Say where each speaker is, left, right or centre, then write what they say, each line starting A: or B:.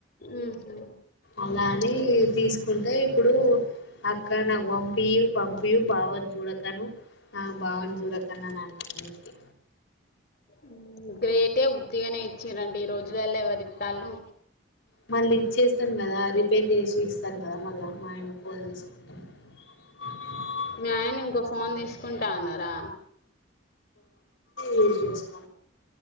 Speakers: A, on the left; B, on the left.
A: ఉహు
B: అలాని తీసుకు అంటే ఇప్పుడు అక్క నాకు పంపి పంపి బావని చూడకను నాకు బావని చూడకని అని అన్నది
A: ఉమ్ గ్రేటే ఉత్తిగనే ఇచ్చింరండి ఈ రోజులలో ఎవరిత్తాలు
B: మళ్ళీ ఇచ్చేస్తాం కదా అది పెల్లి చేసి ఇస్తాను కదా మళ్ళా మాయ పొన్ చేసుకుంటాం <unintelligible>
A: మీ ఆయన ఇంకో ఫోన్ తీస్ కుంటాన్నారా.
B: ఏం చేసు